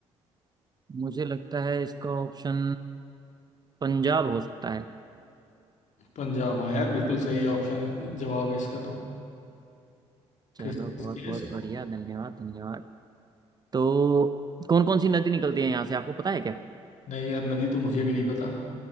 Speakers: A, on the right; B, on the left.
A: मुझे लगता है इसका ऑप्शन पंजाब हो सकता है
B: पंजाब हाँ यार बिल्कुल सही ऑप्शन है जवाब है इसका तो
A: चलो
B: किस चीज़
A: बहुत
B: की
A: बहुत
B: है इसको
A: बढ़िया धन्यवाद धन्यवाद तो कौन कौन सी नदी निकलती है यहाँ से आपको पता है क्या
B: नहीं यार नदी तो मुझे भी नहीं पता